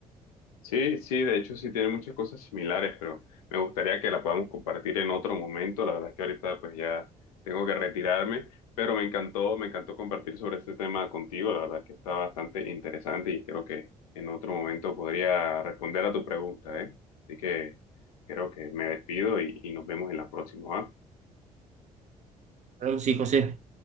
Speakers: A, on the left (about 70°); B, on the right (about 40°).
A: Sí, sí, de hecho sí tiene muchas cosas similares, pero me gustaría que la podamos compartir en otro momento. La verdad es que ahorita pues ya tengo que retirarme, pero me encantó, me encantó compartir sobre este tema contigo. La verdad es que está bastante interesante y creo que en otro momento podría responder a tu pregunta, ¿eh? Así que creo que me despido y, y nos vemos en la próxima, ¿va?
B: Claro que sí, José,